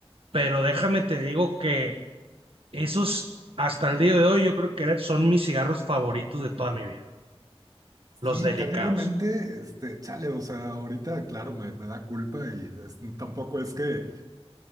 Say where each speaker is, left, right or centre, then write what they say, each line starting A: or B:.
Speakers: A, on the right (about 60°); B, on the right (about 35°).
A: pero déjame te digo que esos hasta el día de hoy yo creo que eran- son mis cigarros favoritos de toda mi vida, los
B: Y
A: delicados.
B: terriblemente, este, chale, o sea, ahorita, claro, me, me da culpa y es- tampoco es que eh,